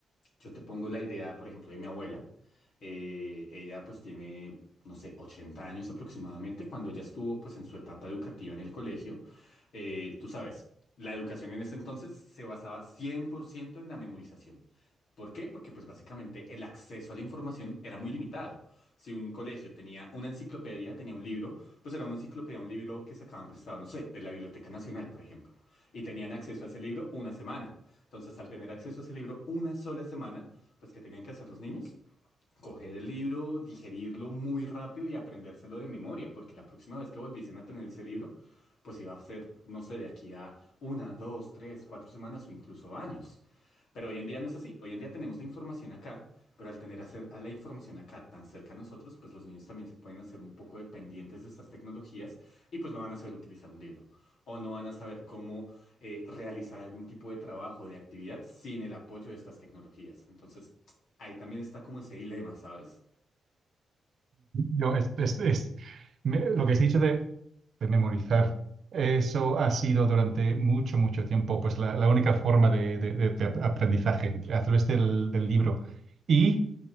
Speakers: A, on the left (about 75°); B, on the right (about 55°).
A: yo te pongo la idea, por ejemplo, de mi abuela. Eh, ella pues tiene, no sé, 80 años aproximadamente. Cuando ella estuvo pues en su etapa educativa en el colegio, eh, tú sabes, la educación en ese entonces se basaba 100% en la memorización. ¿Por qué? Porque pues básicamente el acceso a la información era muy limitado. Si un colegio tenía una enciclopedia, tenía un libro, pues era una enciclopedia, un libro que sacaban prestado, no sé, de la Biblioteca Nacional, por ejemplo. Y tenían acceso a ese libro una semana. Entonces, al tener acceso a ese libro una sola semana, pues ¿qué tenían que hacer los niños? Coger el libro, digerirlo muy rápido y aprendérselo de memoria, porque la próxima vez que volviesen a tener ese libro, pues iba a ser, no sé, de aquí a una, dos, tres, cuatro semanas o incluso años. Pero hoy en día no es así. Hoy en día tenemos la información acá, pero al tener hacer a la información acá tan cerca a nosotros, pues los niños también se pueden hacer un poco dependientes de estas tecnologías y pues no van a saber utilizar un libro o no van a saber cómo eh, realizar algún tipo de trabajo, de actividad sin el apoyo de estas tecnologías. Entonces, ahí también está como ese dilema, ¿sabes?
B: Yo, es, es- es- me- lo que he dicho de, de memorizar, eso ha sido durante mucho, mucho tiempo, pues la, la única forma de, de- de- de aprendizaje a través del, del libro. Y